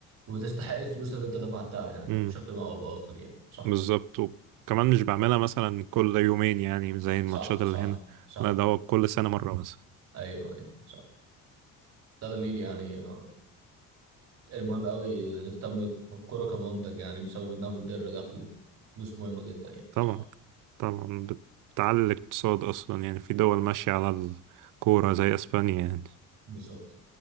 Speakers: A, on the right (about 50°); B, on the right (about 65°).
A: وتستحق الفلوس اللي انت دفعتها يعني
B: امم
A: بشكل ما او باخر يعني صح
B: بالظبط وكمان مش بعملها مثلا كل يومين يعني زي الماتشات
A: صح
B: اللي
A: صح
B: هنا
A: صح
B: لا ده هو كل سنة مرة مثلا
A: ايوه ايوه صح ده دليل يعني آه، المهم قوي نهتم بالكوره كمنتج يعني بسبب انها بتدر دخل فلوس مهمه جدا يعني
B: طبعا
A: صح
B: طبعا بتعلي الاقتصاد اصلا يعني في دول ماشية على الكورة زي اسبانيا يعني
A: بالظبط